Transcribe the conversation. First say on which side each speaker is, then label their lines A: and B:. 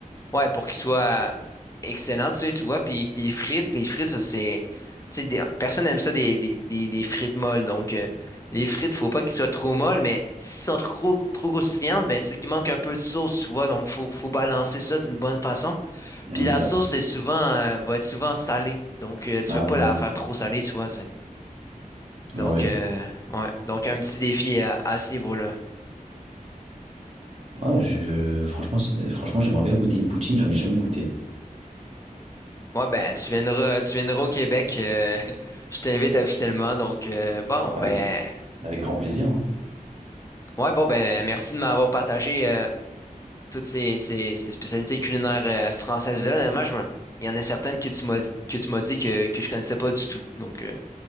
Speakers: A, on the left; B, on the right.
A: Ouais, pour qu'il soit excellent, tu sais, tu vois. Puis les frites, les frites, ça c'est. Tu sais, des- personne n'aime ça des, des, des, des frites molles. Donc, euh, les frites, faut pas qu'ils soient trop molles, mais s'ils sont trop, trop croustillantes, ben c'est qu'il manque un peu de sauce, tu vois. Donc, faut, faut balancer ça d'une bonne façon.
B: MDR.
A: Puis la sauce, c'est souvent, euh, va être souvent salée. Donc, euh, tu
B: Ah,
A: veux pas
B: bah
A: la
B: oui.
A: faire trop salée, tu vois. c'est-
B: Ouais,
A: Donc, euh, ouais. Donc, un petit défi à, à ce niveau-là.
B: Ah, je, franchement, c'est- franchement, j'aimerais bien goûter une poutine, j'en ai jamais goûté.
A: Ouais, ben, tu viendras, tu viendras au Québec. euh, <laughs> je t'invite officiellement. Donc, euh, bon,
B: Avec,
A: ben.
B: avec grand plaisir, hein.
A: Ouais, bon, ben, merci de m'avoir partagé euh, toutes ces, ces, ces spécialités culinaires euh, françaises-là. Honnêtement, je me- il y en a certaines que tu m'as dit- que tu m'as dit que, que je connaissais pas du tout. Donc, euh,